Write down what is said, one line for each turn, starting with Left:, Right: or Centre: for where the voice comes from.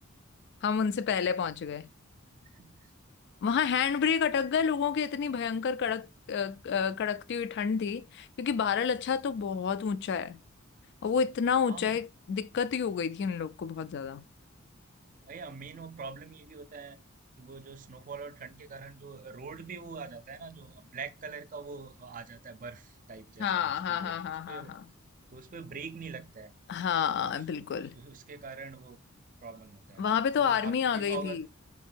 Left: हम उनसे पहले पहुंच गए
Right: <laughs>
Left: वहां हैंड ब्रेक अटक गया लोगों की इतनी भयंकर कड़क अ, अ, कड़कती हुई ठंड थी क्योंकि बारह अच्छा तो बहुत ऊंचा है और वो इतना ऊंचा
Right: हाँ
Left: है दिक्कत ही हो गई थी उन लोग को बहुत ज्यादा
Right: भैया मेन वो प्रॉब्लम ये भी होता है कि वो जो स्नोफॉल और ठंड के कारण जो रोड पे वो आ जाता है ना जो ब्लैक कलर का वो आ जाता है बर्फ टाइप जैसा
Left: हाँ
Right: उस
Left: हाँ
Right: पे लेयर
Left: हाँ हाँ
Right: तो उस पे
Left: हाँ
Right: तो उस पे ब्रेक नहीं लगता है
Left: हाँ
Right: तो
Left: हाँ
Right: उस,
Left: बिल्कुल
Right: उस, उस- उसके कारण वो प्रॉब्लम होता
Left: वहां
Right: है
Left: पे तो आर्मी
Right: और आपने देखा
Left: आ गई
Right: होगा
Left: थी